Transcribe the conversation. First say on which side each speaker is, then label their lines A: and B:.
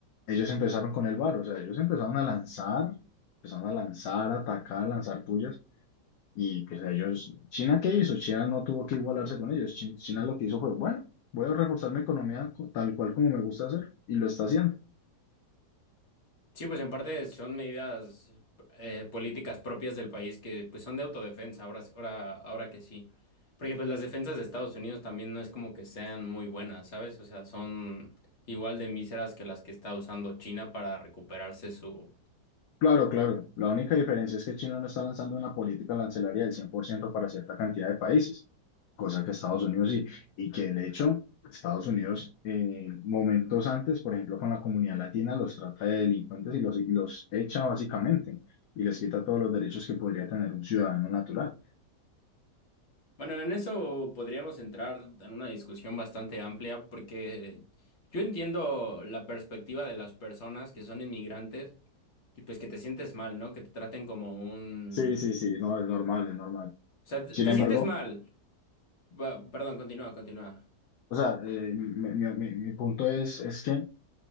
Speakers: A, on the left; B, on the left.
A: ellos empezaron con el VAR, o sea, ellos empezaron a lanzar, empezaron a lanzar, a atacar, a lanzar pullas. Y pues ellos, ¿China qué hizo? China no tuvo que igualarse con ellos. Chi- China lo que hizo fue, bueno, voy a reforzar mi economía co- tal cual como me gusta hacer y lo está haciendo.
B: sí, pues en parte son medidas eh, políticas propias del país que pues son de autodefensa, ahora, ahora, ahora que sí. Porque pues las defensas de Estados Unidos también no es como que sean muy buenas, ¿sabes? O sea, son igual de míseras que las que está usando China para recuperarse su
A: Claro, claro. La única diferencia es que China no está lanzando una política arancelaria del 100% para cierta cantidad de países, cosa que Estados Unidos sí. Y que el hecho, Estados Unidos, eh, momentos antes, por ejemplo, con la comunidad latina, los trata de delincuentes y los, y los echa básicamente y les quita todos los derechos que podría tener un ciudadano natural.
B: Bueno, en eso podríamos entrar en una discusión bastante amplia porque yo entiendo la perspectiva de las personas que son inmigrantes y pues que te sientes mal, ¿no? Que te traten como un...
A: Sí, sí, sí, no, es normal, es normal.
B: O sea, te,
A: Sin
B: te
A: embargo,
B: sientes mal. Va- perdón, continúa, continúa.
A: o sea, eh, mi, mi- mi- mi punto es, es que